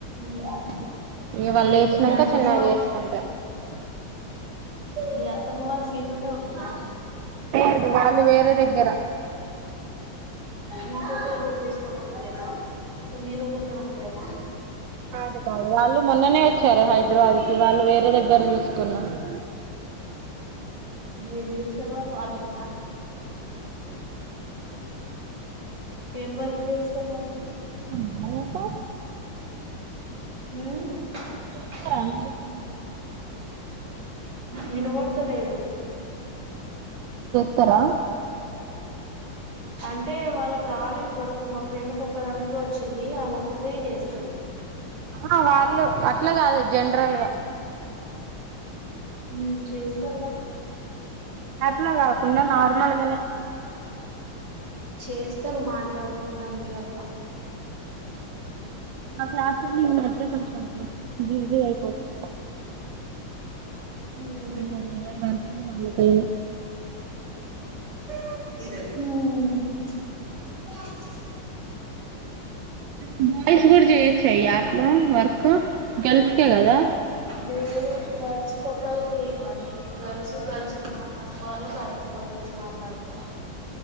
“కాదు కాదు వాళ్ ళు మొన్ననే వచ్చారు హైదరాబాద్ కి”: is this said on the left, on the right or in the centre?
Right